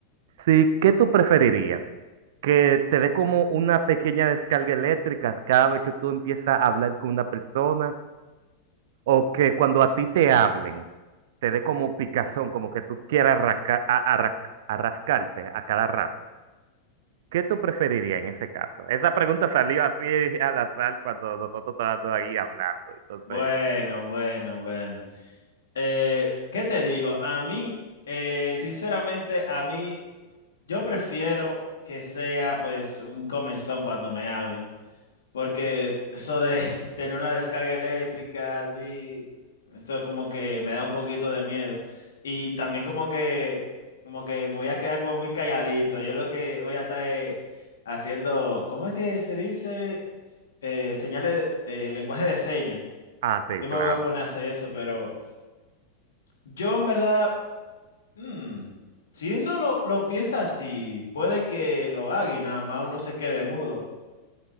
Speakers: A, on the right; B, on the left.
A: Si, ¿qué tú preferirías? que te dé como una pequeña descarga eléctrica cada vez que tú empiezas a hablar con una persona o que cuando a ti te hablen, te dé como picazón, como que tú quieras arrasca- a- arra- arrascarte a cada rato. ¿Qué tú preferirías en ese caso? Esa pregunta salió así <laughs> al azar cuando nosotros estábamos ahí hablando. Entonces,
B: Bueno, bueno, bueno. Eh, ¿qué te digo? A mí, eh, sinceramente, a mí, yo prefiero que sea pues un comezón cuando me hablen. Porque eso de <laughs> tener una descarga eléctrica así, esto como que me da un poquito de miedo. Y también como que, como que me voy a quedar como muy calladito. Yo lo que voy a estar eh, haciendo, ¿cómo es que se dice? Eh, señales, de- eh, lenguaje de señas.
A: ah, sí,
B: Yo me
A: claro.
B: voy a poner a hacer eso, pero yo en verdad, mm, si uno lo, lo piensa así, puede que lo haga y nada más uno se quede mudo.